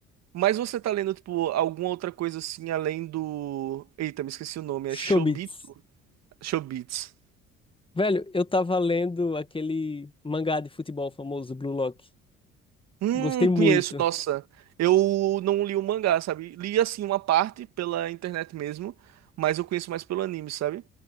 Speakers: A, on the right; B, on the left.
A: Mas você tá lendo, tipo, alguma outra coisa assim, além do... Eita, me esqueci o nome, é Chobito?
B: Chobits.
A: Chobits.
B: Velho, eu tava lendo aquele mangá de futebol famoso, Blue Lock.
A: Hum,
B: Gostei muito.
A: conheço, nossa. Eu não li o mangá, sabe? Li assim uma parte pela internet mesmo, mas eu conheço mais pelo anime, sabe?